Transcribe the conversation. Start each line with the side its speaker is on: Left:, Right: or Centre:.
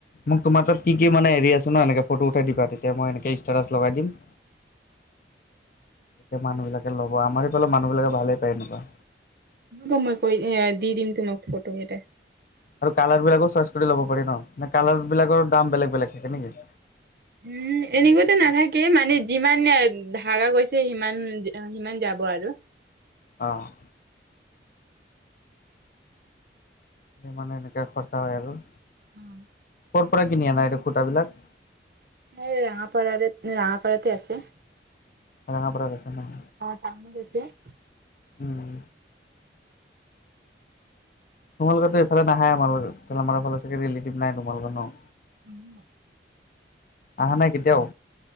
Left: মোক তোমাৰ তাত কি মানে হেৰি আছে ন এনে ফটো উঠাই দিবা তেতিয়া মই এনেকে ষ্টেটাছ লগাই দিম তেতিয়া মানুহ বিলাকে ল'ব আমাৰ এইফালে মানুহ বিলাকে ভালেই পায় এনকা
Right: উ মই কৈ দি দিম তোমাক ফটো কেইটা
Left: আৰু কালাৰ বিলাকো চইচ কৰি লব পাৰি ন নে কালাৰ বিলাকৰ দাম বেলেগ বেলেগ থাকে নেকি
Right: উম এনেকাত নাথাকে মানে যিমান ধাকা গৈছে সিমান সিমান যাব আৰু
Left: অ'। মানে এনেকে খৰচা হয় আৰু।
Right: অম।
Left: ক'ৰ পৰা কিনি আনাএই খূতা বিলাক?
Right: এই ৰাঙাপাৰাৰে ৰাঙাপাৰাতে আছে।
Left: ৰঙা পাৰাত আছে নহ।
Right: অ', <unintelligible>
Left: উম। তোমালোকৰোতো এইফালে নাহে আমাৰ আমাৰ ফালে চাগে ৰিলেটিভ নাই তোমালোকৰ ন।
Right: উম।
Left: অহা নাই কেতিয়াও।